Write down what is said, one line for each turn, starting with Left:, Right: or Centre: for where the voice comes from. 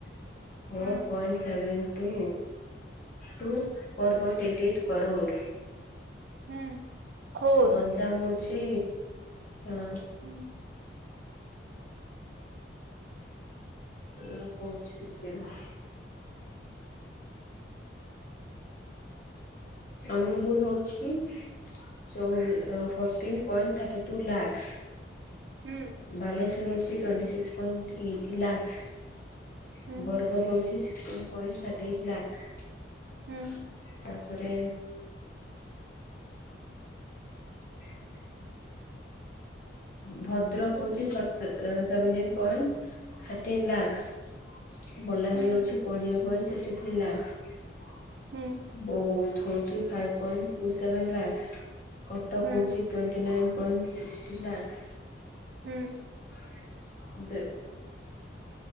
Left: - four
Right: ହୁଁ
Left: point seven two two ପର ପଏଣ୍ଟ ଏଇଟ୍ ଏଇଟ କରୋଡ଼।
Right: ହୁଁ। କ୍ରୋର୍
Left: ଗଞ୍ଜାମ ହଉଛି ଅ
Right: ହୁଁ
Left: ଏ କହୁଛି ଟିକେ ରୁହ। ତମକୁ ଦଉଛି। ଯୋଉ fourteen point thirty two lakhs.
Right: ହୁଁ
Left: ବାଲେଶ୍ଵର ହଉଛି ଟ୍ୱେଣ୍ଟି ସିକ୍ସ ପଣ୍ଟ ଏଇଟି ଲାକ୍ସ।
Right: ହୁଁ
Left: ବର୍ଗ ହଉଛି ସିକ୍ଟିଁ ପଏଂଟ ଥାର୍ଟି ଏଇଟ୍ ଲାଖସ।
Right: ହୁଁ
Left: ତାପରେ ଆ ଭଦ୍ରକ ହଉଛି ସତ seventy point thirteen lakhs. Balangir
Right: ହୁଁ
Left: ହଉଚି କୋଡ଼ିଏ ପଏଣ୍ଟ ସିକ୍ସଟି ଥ୍ରୀ ଲାକ୍ସ।
Right: ହୁଁ
Left: ବୌଦ ହଉଛି five point two seven lakhs. କଟକ
Right: ହୁଁ ହୁଁ
Left: ହଉଛି ନାଇ ପଣ୍ଟ ସିକଟି ଲାଖସ
Right: ହୁଁ
Left: ଦେ